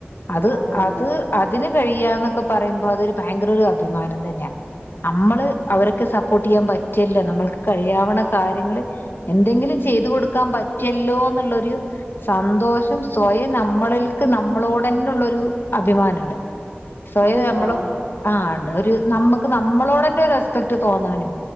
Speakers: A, on the left (about 60°); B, on the right (about 70°).
A: അത്
B: അതെ അതെ
A: അത് അതിന് കഴിയാന്നൊക്കെ പറയുമ്പോ അതൊരു ഭയങ്കര ഒരു അഭിമാനം ത ല്ല അമ്മള് അവർക്ക് സപ്പോർട്ട് ചെയ്യാൻ പറ്റില്ലോ നമ്മൾക്ക് കഴിയാവ്ണ കാര്യങ്ങള് എന്തെങ്കിലും ചെയ്തു കൊടുക്കാൻ പറ്റിയല്ലോന്നുള്ളൊരു സന്തോഷം സ്വയം നമ്മളിൽക്ക് നമ്മളോടന്നെ ഉള്ളൊരു അഭിമാനണ്ട് സ്വയം
B: അത്ണ്ടാവും
A: നമ്മള് ആണ്ട് ഒരു നമ്മക്ക് നമ്മളോടെന്നെ ഒരു റെസ്പെക്ട് തോന്നാനും